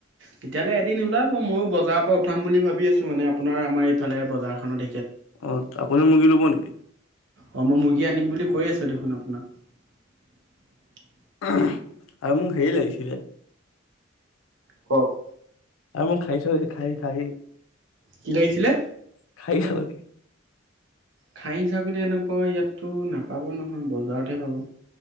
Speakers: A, on the right (about 70°); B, on the left (about 85°).
A: তেতিয়াহ'লে এদিন ওলাব ময়ো বজাৰৰ পৰা উঠাম বুলি ভাবি আছো। মানে আপোনাৰ আমাৰ ইফালে বজাৰখনত।
B: অ' আপুনি মূৰ্গী ল'ব নেকি?
A: অ' মই মুৰ্গী আনিম বুলি কৈ আছো দেখোন আপোনাক।
B: আৰু মোক হেৰি লাগিছিলে
A: কওক।
B: আ মই খাই চ খাই-খাই
A: কি লাগিছিলে?
B: <unintelligible>
A: খাহী ছাগলী এনেকুৱা ইয়াততো নাপাব নহয় বজাৰতহে পাব।